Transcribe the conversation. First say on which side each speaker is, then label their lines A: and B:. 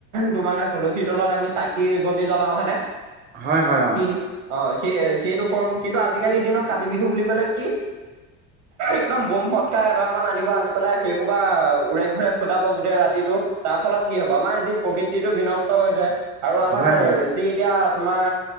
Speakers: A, on the right; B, on the right.
A: তোমাৰ - তুলসীৰ তলত আমি চাকি বন্তি জ্বলাও হেনে,
B: হয়, হয়, অ',
A: কিন - অ সেই সেইটো কৰো, কিন্তু আজিকালিৰ দিনত কাতি বিহু বুলি কলে কি? একদম বোমফত - ফতকা এদম মান আনিব আনি পেলাই সেই কোবা উৰাই ঘূৰাই ফুটাব গোটেই ৰাতিটো তাৰ ফলত কি হব আমাৰ যি - প্ৰকৃতিৰটো বিনষ্ট- ষ্ট হৈছে আৰু আমাৰ
B: হয়, হয়,
A: যি এতিয়া তোমাৰ